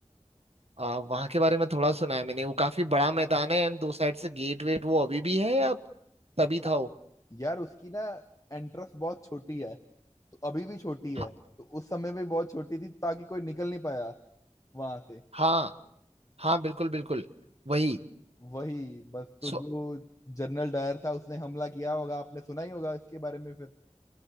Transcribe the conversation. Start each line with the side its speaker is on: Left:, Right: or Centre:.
Right: आ, वहां के बारे में थोड़ा सुना है मैंने वो काफी बड़ा मैदान है एंड दो साइड से गेट वेट वो अभी भी है या तभी
Left: हाँ,
Right: था वो
Left: यार उसकी ना एंट्रेंस बहुत छोटी है तो अभी भी छोटी है
Right: ह-
Left: तो उस समय भी बहुत छोटी थी ताकि कोई निकल नहीं पाया वहां से
Right: हाँ हाँ बिल्कुल बिल्कुल वही
Left: वही बस तो
Right: सो
Left: जो जनरल डायर था उसने हमला किया होगा आपने सुना ही होगा इसके बारे में फिर